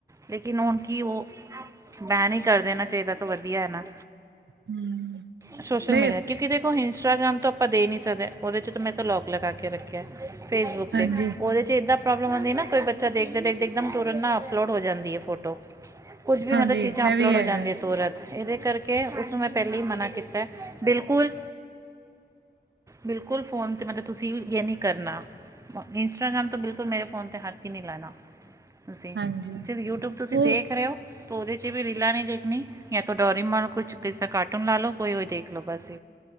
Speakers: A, on the right; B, on the right.
A: ਲੇਕਿਨ ਹੁਣ ਕੀ ਓ ਬੈਨ ਈ ਕਰ ਦੇਣਾ ਚਾਈਦਾ, ਤੋਂ ਵਦੀਆਂ ਏ ਨਾ
B: ਹੂੰ
A: ਸੋਸ਼ਲ
B: ਬਈ
A: ਮੀਡੀਆ ਕੀ ਕਿਦੇ ਪੋ ਇੰਸਟਾਗ੍ਰਾਮ ਤਾਂ ਆਪਾਂ ਦੇ ਨਈ ਸਕਦੇ, ਉਹਦੇ ਚ ਤੇ ਮੈਂ ਤਾਂ ਲੌਕ ਲਗਾ ਕੇ ਰੱਖੇਆ। ਫੇਸਬੁੱਕ
B: ਹਾਂਜੀ।
A: ਤੇ, ਉਹਦੇ ਚੇ ਏਦਾਂ ਪ੍ਰੋਬਲਮ ਆਂਦੀ ਹੈਨਾ? ਕੋਈ ਬੱਚਾ ਦੇਖਦੇ-ਦੇਖਦੇ ਇੱਕਦਮ ਤੁਰਨ ਨਾਲ ਅਪਲੋਡ ਹੋ ਜਾਂਦੀ ਏ ਫੋਟੋ ਕੁਛ
B: ਹਾਂਜੀ-ਹਾਂਜੀ
A: ਵੀ ਮਤਲਬ ਚੀਜ਼ਾਂ
B: ਇਹ
A: ਅਪਲੋਡ
B: ਵੀ ਹੈਗਾ
A: ਹੋ ਜਾਂਦੀਆਂ ਤੁਰਤ। ਇਹਦੇ ਕਰਕੇ, ਉਸਨੂੰ ਮੈਂ ਪੈਲੇ ਮਨਾ ਕੀਤਾ, ਬਿਲਕੁਲ ਬਿਲਕੁਲ ਫੋਨ ਤੇ ਮਤਲਬ ਤੁਸੀਂ ਵੀ ਯੇ ਨੀ ਕਰਨਾ ਇੰਸ ਇੰਸਟਾਗ੍ਰਾਮ ਤੋਂ ਬਿਲਕੁਲ ਮੇਰੇ ਫੋਨ ਤੇ ਹੱਥ ਈ ਨੀ ਲਾਣਾ, ਤੁਸੀਂ,
B: ਹਾਂਜੀ-ਹਾਂਜੀ
A: ਸਿਰਫ ਯੂਟਿਊਬ ਤੁਸੀਂ
B: ਉਹ
A: ਦੇਖ ਰਹੇ ਓ ਉਹਦੇ 'ਚ ਵੀ ਰੀਲਾਂ ਨਹੀਂ ਦੇਖਨੀ ਯਾ ਤੋਂ ਡੋਰੀਮੋਨ ਕੁਛ ਕਿਸ ਕਾਰਟੂਨ ਲਾ ਲਓ ਕੋਈ ਉਹੀ ਦੇਖ ਲੋ ਬਸ।